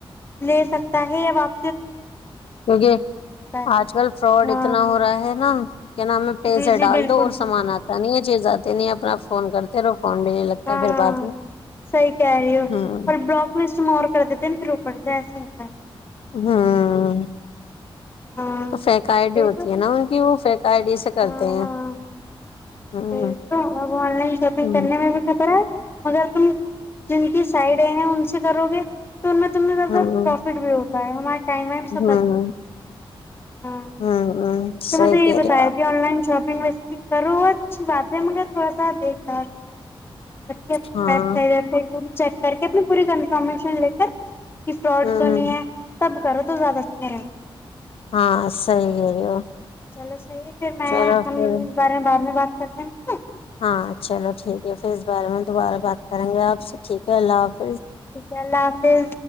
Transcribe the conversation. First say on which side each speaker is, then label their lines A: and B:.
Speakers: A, on the left (about 25°); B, on the left (about 80°).
A: لے سکتا ہے آپ
B: کیونکہ
A: ہے
B: آج کل فراڈ
A: ہاں
B: اتنا ہو رہا ہے نا کیا نام ہمیں پیس
A: جی
B: سے
A: جی
B: ڈال
A: بالکل
B: دو اور سامان آتا نہیں ہے چیز آتی نہیں ہے اپنا فون کرتے رہو فون بھی نہیں لگتا
A: ہاں
B: پھر بعد میں
A: سی کاری
B: ہوں
A: اور بوک لسٹ م کر دیتے ہیںا پھر اوپر سے ایسا ہوتا ہے
B: ہاں
A: ہاں
B: تو فیکئی
A: یہی
B: ڈی ہوتی
A: تو
B: ہے نا ان کی وہ فیکئی ڈی سے کرتے
A: ہاں
B: ہیں
A: ہاں
B: ہ
A: یہی تو اب آن لائن شاپنگ
B: ہ
A: کرنے میں بھی خطرہ ہے مگر تم جن کی سائڈ ڑے ہیں ان سے کرو گے تو ان میں ت
B: ہ
A: زر پروفٹ بھی ہو ہمار ٹائم وائم سے
B: ہ
A: بچا ہاں
B: ہ صحیح
A: تو م نے یہی
B: کہہ
A: بتایا
B: رہے ہو
A: کہ آن لائن شاپگ ریسیپ کرو بات ہے م تھوڑا سا دیکھ بھات رکھے اپنی
B: آپ ہاں
A: ویب سائٹ وبائٹ پوری چیک کر کے اپنی پوری کنفرمیشن ل کہ فراڈ
B: ہ
A: تو نہیں ہے سب کرو تو زیادہ اچھا رہتا ہے
B: ہاں سی ہے ہو
A: چلو صحیح پھر میں
B: چلو
A: ہم
B: پھر
A: بارے ہیں بعد میں بات کر تو
B: ہاں چلو ٹھیک ہے پھر بارے میں دوبارہ بات کریں گے آپ سے ٹھیک ہے اللہ حاظ
A: انشا اللہ حافظ